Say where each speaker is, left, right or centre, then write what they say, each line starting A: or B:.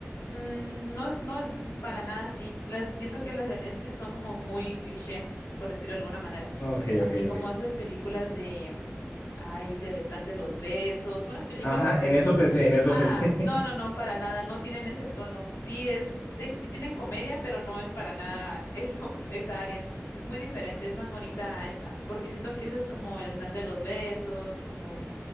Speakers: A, on the left; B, on the left.
A: mm, no, es- no es para nada así. Las siento que las de Netflix son como muy cliché, por decirlo de alguna manera.
B: Ok,
A: Así
B: ok,
A: como
B: ok.
A: estas películas de, mm, ay, del stand de los besos, unas películas
B: Ajá,
A: que se
B: en eso pensé, en eso
A: Ah,
B: pensé.
A: no, no, no, para nada, no tienen ese tono. Sí es de que sí tienen comedia, pero no es para nada eso, <laughs> esa área. Es muy diferente, es más bonita a esta, porque siento que esa es como el stand de los besos, como